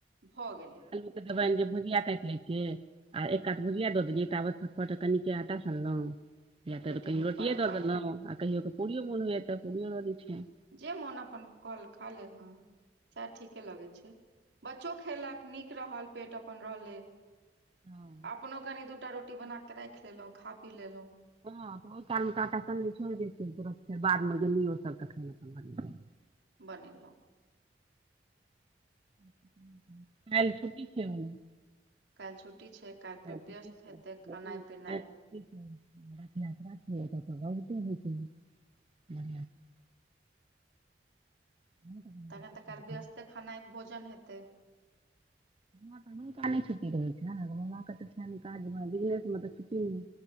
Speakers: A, on the right; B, on the right.
A: भऽ गेलै
B: <unintelligible> देबनि जे भुजिया काइट लैय के आ एकात भजिया दो देलिए ताबे तऽ फटफट कनिक आटा सनलोओ या तऽ
A: रोटी
B: कहियो रोटीए
A: परोठा
B: दऽ देलौं आ कहियोे पूड़ियो मोन होइए तऽ पूड़ियो दऽ दैत छिय
A: जे मोन अपन कल खा ले हऽ सेह ठीके लगै छै बच्चो खेलक नीक रहल पेट अपन रहले
B: <inaudible> हँ
A: अपनो कनि दु टा रोटी बना कऽ राइख लेलौ खा पी लेलैं
B: हँ तऽ ओइ काल में तऽ आटा सैन कऽ छोड़ दै तुरत फेर बाद में गेली ओ सब तखैन अपन बनबै छी
A: बनेलौ
B: <inaudible> काइल छुटी छै ह
A: काइल छुट्टी छै काइल फेर
B: छुट्टी
A: व्यस्त
B: छै
A: हेते
B: लेकिन
A: खेनै पिनै
B: <unintelligible> <unintelligible>
A: तखन तऽ काल व्यस्ते
B: रहै
A: खनै भोजन हेतै
B: हऽ तऽ हुनका नै छुट्टी रह छैन मामा तऽ छैन काज म बिजनेस म तऽ छुट्टी नै